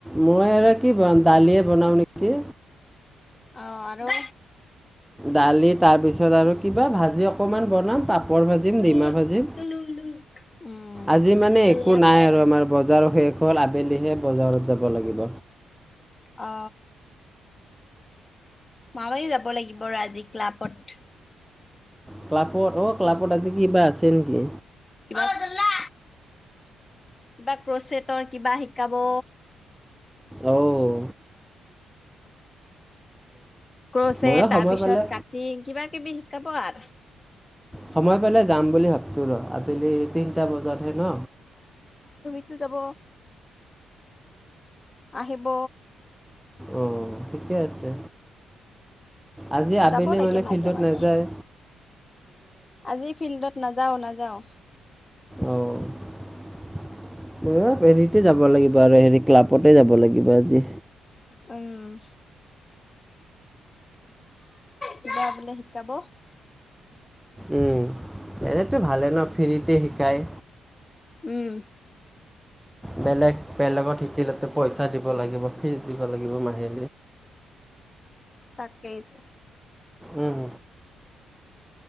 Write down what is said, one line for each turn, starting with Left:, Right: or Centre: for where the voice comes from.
Centre: মই আৰু কি বনাম দালিয়ে বনাওঁ নেকি
Left: অ আৰু
Centre: দালি তাৰপিছত আৰু কিবা ভাজি অকমান বনাম পাপ পাপৰ ভাজিম
Left: তুলুং
Centre: ডিমা ভাজিম
Left: তুলুং উম।
Centre: আজি মানে
Left: পলিয়া
Centre: একো নাই
Left: খাৰাং
Centre: আৰু আমাৰ বজাৰ শেষ অকল আবেলিহে বজাৰত যাব লাগিব
Left: অ মামা কি যাব যাব লাগিব আৰু আজি ক্লাবত
Centre: ক্লাপত অ ক্লাপত আজি কিবা আছে নেকি
Left: কিবা অ দৌল দা কিবা ক্ৰচেটৰ কিবা শিকাব
Centre: অঔ
Left: ক্ৰচে
Centre: ময়ো
Left: তাৰ
Centre: সময়
Left: পিছত
Centre: পালে
Left: কাটি কিবা কিবি শিকাব আৰু
Centre: সময় পালে যাম বুলি ভাবিছোঁ ৰ আবেলি তিনিটা বজাতহে ন
Left: টো যাব আহিব
Centre: অ ঠি ঠিকে আছে আজি আবেলি
Left: যাব লাগে
Centre: মানে
Left: মাজে
Centre: ফিল্ডত
Left: মাজে
Centre: নেযায়
Left: আজি ফিল্ডত নাযাওঁ নাযাওঁ
Centre: অঁ <unintelligible> তে যাব লাগিব আৰু হেৰি ক্লাব অতে যাব লাগিব আজি
Left: উম কিবা বোলে শিকাব?
Centre: উম, এনেতো ভালে ন ফ্ৰীতে শিকায়।
Left: উম
Centre: বেলেগ বেলেগত শিকিলেতে পইচা দিব লাগিব, ফিচ দিব লাগিব মাহে
Left: তাকেইতো
Centre: উম